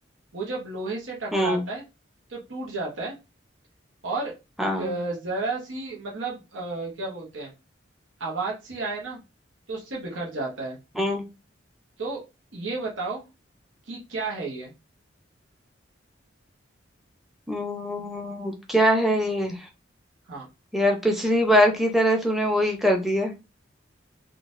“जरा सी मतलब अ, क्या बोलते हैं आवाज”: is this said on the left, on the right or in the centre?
Right